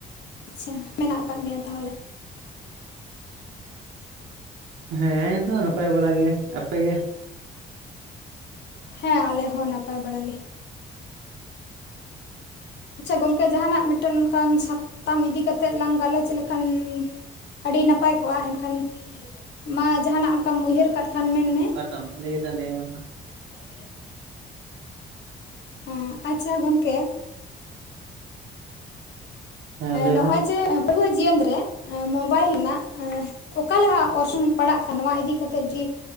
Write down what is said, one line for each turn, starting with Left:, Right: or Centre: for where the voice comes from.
Left: ᱪᱷᱟ ᱢᱮᱱᱟᱜ ᱟᱠᱟᱫ ᱢᱮᱭᱟ ᱛᱟᱦᱚᱞᱮ
Right: ᱦᱮᱸ ᱱᱤᱛᱚ ᱫᱚ ᱱᱟᱯᱟᱭ ᱵᱟᱲᱟ ᱜᱮ, ᱟᱯᱮ ᱜᱮ?
Left: ᱦᱮᱸ ᱟᱞᱮ ᱦᱚᱸ ᱱᱟᱯᱟᱭ ᱵᱟᱲᱟ ᱜᱮ ᱾ ᱟᱪᱪᱷᱟ ᱜᱚᱝᱠᱮ ᱡᱟᱦᱟᱱᱟᱜ ᱢᱤᱫᱴᱮᱱ ᱚᱱᱠᱟᱱ ᱥᱟᱛᱟᱢ ᱤᱫᱤ ᱠᱟᱛᱮᱜ ᱞᱟᱝ ᱜᱟᱞᱚᱪ ᱞᱮᱠᱷᱟᱱ ᱟᱰᱤ ᱱᱟᱯᱟᱭ ᱠᱚᱜᱼᱟ, ᱮᱱᱠᱷᱟᱱ ᱢᱟ ᱡᱟᱦᱟᱱᱟᱜ ᱚᱱᱠᱟᱢ ᱩᱭᱦᱟᱹᱨ ᱟᱠᱟᱫ ᱠᱷᱟᱱ ᱢᱮᱱᱢᱮ
Right: ᱫᱟᱢ ᱞᱟᱹᱭ ᱫᱟ ᱞᱟᱹᱭ ᱢᱮ ᱢᱟ
Left: ᱦᱚᱲ ᱜᱮᱭᱟ ᱠᱟᱴᱤᱡ ᱦᱩᱸ ᱟᱪᱪᱷᱟ ᱜᱚᱝᱠᱮ
Right: ᱦᱮᱸ ᱞᱟᱹᱭ
Left: ᱱᱚᱜ-ᱚᱭ
Right: ᱢᱮ
Left: ᱡᱮ ᱯᱟᱹᱴᱷᱩᱣᱟᱹ ᱡᱤᱭᱚᱱ ᱨᱮ ᱢᱳᱵᱟᱭᱤᱞ ᱨᱮᱱᱟᱜ ᱚᱠᱟ ᱞᱮᱠᱟ ᱚᱨᱥᱚᱝ ᱯᱟᱲᱟᱜ ᱠᱟᱱᱟ, ᱱᱚᱣᱟ ᱤᱫᱤ ᱠᱟᱛᱮᱜ ᱡᱩᱫᱤ